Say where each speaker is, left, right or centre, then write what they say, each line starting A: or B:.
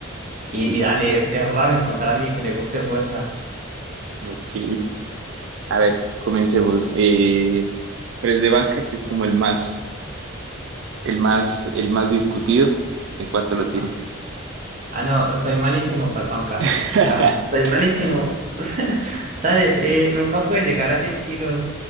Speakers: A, on the right (about 35°); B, on the right (about 60°).
A: Y, y dale, es, es raro encontrar a alguien que le guste fuerza.
B: Ok. A ver, comencemos. Eh, press de banca, que es como el más, el más, el más discutido. ¿En cuánto lo tienes?
A: Ah, ah, no, soy malísimo pa'l panca.
B: <laughs>
A: O sea, soy malísimo. <laughs> Dale, eh, nunca pude llegar a 100 kilos.